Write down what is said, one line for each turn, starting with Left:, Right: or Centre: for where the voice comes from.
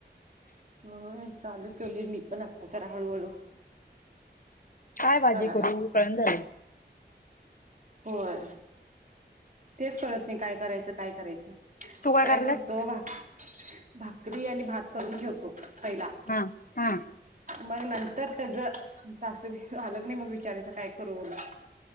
Right: होय चालू केवली मी पल आत्ता जरा हळूहळू.
Left: काय भाजी
Right: करायला.
Left: करू कळण झालय.
Right: होय तेच कळत नाही काय करायच काय करायच.
Left: तू
Right: काय
Left: करायल्यास?
Right: करतो भाक भाकरी आणि भात करून ठेवतो पहिला.
Left: हां हां.
Right: मग, नंतर त्याच सासू बी स आलं की नाही मग विचारायचं मग काय करू ओ मी.